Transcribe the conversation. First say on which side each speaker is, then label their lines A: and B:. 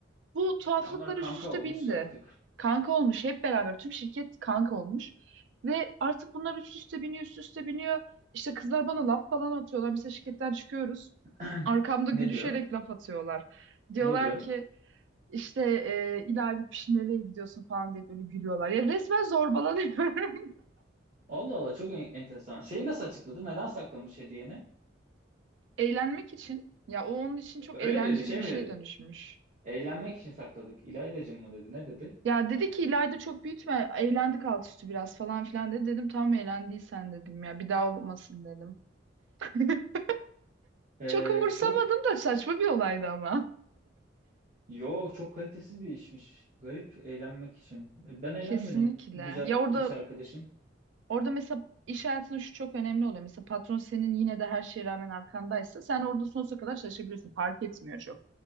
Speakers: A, on the right; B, on the right.
A: Bu tuhaflıklar
B: Ya onlar kanka
A: üst üste
B: olmuşsa
A: bindi.
B: artık.
A: Kanka olmuş hep beraber tüm şirket kanka olmuş. Ve artık bunlar üst üste biniyor üst üste biniyor. İşte kızlar bana laf falan atıyorlar. Mesela şirketten çıkıyoruz.
B: <clears throat>
A: Arkamda gülüşerek
B: Ne diyor?
A: laf atıyorlar. Diyorlar
B: Ne diyor?
A: ki işte e, ileride piş nereye gidiyorsun falan diye böyle gülüyorlar. Ya resmen zorbalanıyorum.
B: Allah Allah çok en- enteresan. Şeyi nasıl açıkladı? Neden saklamış hediyeni?
A: <laughs> Eğlenmek için. Ya o onun için çok
B: Öyle
A: eğlenceli
B: mi dedi? Şey
A: bir
B: mi
A: şey
B: dedi?
A: dönüşmüş.
B: Eğlenmek için sakladık. İlaydacım mı dedi? Ne dedi?
A: Ya dedi ki ileride çok büyütme. Eğlendik alt üstü biraz falan filan dedi. Dedim tamam eğlendiysen dedim ya. Bir daha olmasın dedim. <laughs>
B: Ee,
A: Çok umursamadım
B: çok
A: da saçma bir olaydı ama.
B: yo çok kalitesiz bir işmiş. Garip eğlenmek için. E, ben eğlenmedim
A: Kesinlikle.
B: güzel
A: Ya orada
B: iş arkadaşım.
A: Orada mesela iş hayatında şu çok önemli oluyor. Mesela patron senin yine de her şeye rağmen arkandaysa sen orada sonsuza kadar çalışabiliyorsun. Fark etmiyor çok.